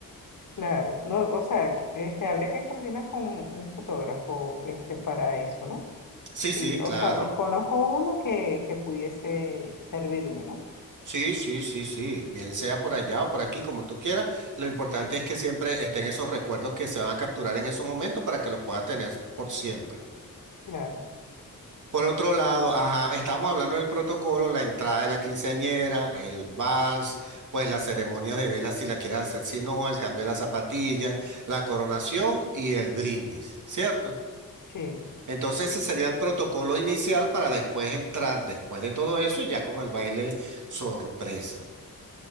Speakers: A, on the left (about 60°); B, on the right (about 60°).
A: claro. No, o sea, que- este, habría que coordinar con un fotógrafo, este, para eso, ¿no?
B: Sí,
A: Sí,
B: sí,
A: o
B: claro.
A: sea, desconozco uno que, que pudiese servirme, ¿no?
B: Sí, sí, sí, sí. Bien sea por allá o por aquí, como tú quieras. Lo importante es que siempre estén esos recuerdos que se van a capturar en esos momentos para que los puedas tener por siempre.
A: Claro,
B: Por otro lado, ajá, estamos hablando del protocolo, la entrada de la quinceañera, el vals, pues la ceremonia de velas si la quieres hacer, si no, el cambio de la zapatilla, la coronación y el brindis, ¿cierto?
A: sí,
B: Entonces ese sería el protocolo inicial para después entrar, después de todo eso, ya con el baile sorpresa.